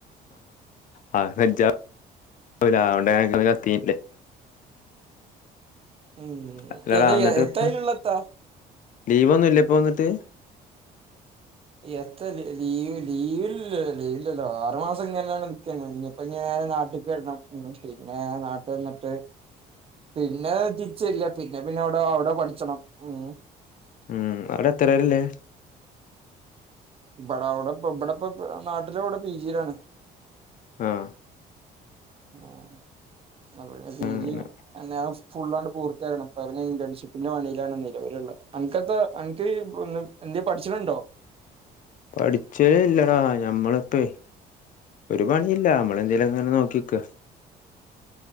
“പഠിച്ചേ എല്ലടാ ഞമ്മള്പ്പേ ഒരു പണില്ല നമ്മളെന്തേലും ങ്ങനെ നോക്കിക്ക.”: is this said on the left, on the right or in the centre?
Left